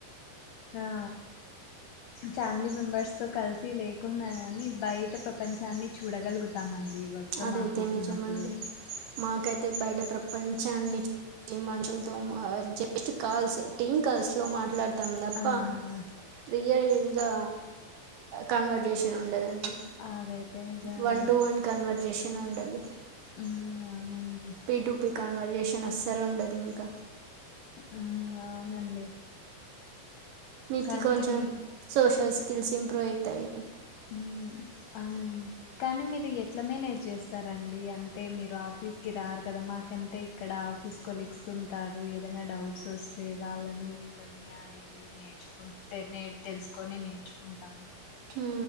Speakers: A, on the left (about 75°); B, on the right (about 70°).
A: ఆ ఫ్యామిలీ మెంబర్స్ తో కలిసి లేకున్నా గాని బయట ప్రపంచాన్ని చూడగలుగుతాం అండి వర్క్ ఫ్రమ్
B: అదైతే
A: ఆఫీస్
B: నిజమండి
A: ఉన్నప్పుడు
B: మాకైతే బయట ప్రపంచాన్ని ఈ మనుషులతో జస్ట్ కాల్స్ టీమ్ కాల్స్ లో మాట్లాడుతాం
A: ఆ
B: ప్ప రియల్గా కన్వర్జేషన్ ఉండదండి
A: అదైతే నిజం అండి
B: వన్ టు వన్ కన్వర్జేషన్ ఉండదు
A: ఉమ్ అవునండి
B: పిటుపీ కాన్వర్జేషన్ అస్సలు ఉండదు ఇంకా
A: ఆ అవునండి
B: మీకి
A: కానీ
B: కొంచెం
A: ఉమ్
B: సోషల్ స్కిల్స్ ఇంప్రూవ్ అయితాయి
A: ఊ అవునండి కానీ మీరు ఎట్ల మేనేజ్ చేస్తారండి అంటే మీరు ఆఫీస్ కి రారు కదా మాకంటే ఇక్కడ ఆఫీస్ కోలిగ్స్ ఉంటారు ఏదైనా డౌట్స్ వస్తే వాళ్ళని వీళ్ళని అడిగి నేర్చుకు తే నే తెలుసుకొని నేర్చుకుంటాము
B: హూ